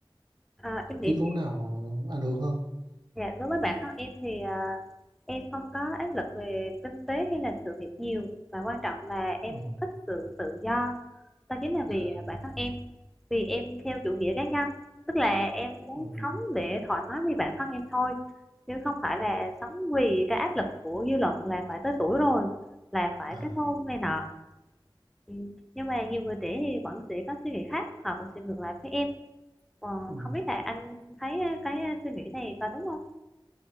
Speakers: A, in the centre; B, on the right (about 55°).
A: Ờ, em
B: Cái
A: nghĩ
B: yếu tố
A: thì
B: nào ảnh hưởng hơn
A: dạ, đối với bản thân em thì ờ, Em không có áp lực về kinh tế hay là sự việc nhiều mà quan trọng là em
B: ừ.
A: thích sự tự do. Đó chính là
B: À,
A: vì à, bản thân em. Vì em theo chủ nghĩa cá nhân, tức là em muốn
B: ừ.
A: sống để thoải mái với bản thân em thôi. Chứ không phải là sống vì cái áp lực của dư luận là phải tới tuổi rồi, là phải
B: À.
A: kết hôn này nọ. Ừ. Nhưng mà nhiều người trẻ thì vẫn sẽ có suy nghĩ khác, họ cũng sẽ ngược lại với em. Ờ,
B: Ừ.
A: không biết là anh thấy cái à, suy nghĩ này có đúng không?